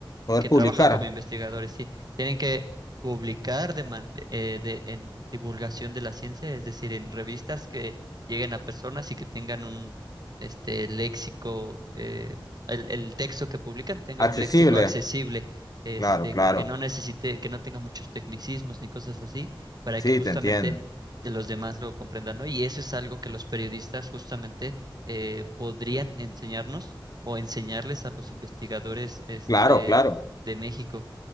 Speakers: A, on the left; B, on the right.
A: Poder
B: que
A: publicar.
B: trabajan como investigadores, sí, tienen que publicar de man- eh, de- en divulgación de la ciencia, es decir, en revistas que lleguen a personas y que tengan un este léxico, eh, el, el texto que publican tenga
A: Accesible.
B: un léxico accesible, este,
A: Claro, claro.
B: que no necesite, que no tenga muchos tecnicismos ni cosas así, para
A: Sí,
B: que justamente
A: te entiendo.
B: los demás lo comprendan, ¿no? Y eso es algo que los periodistas justamente eh, podrían enseñarnos o enseñarles a los investigadores, este,
A: Claro, claro.
B: de México,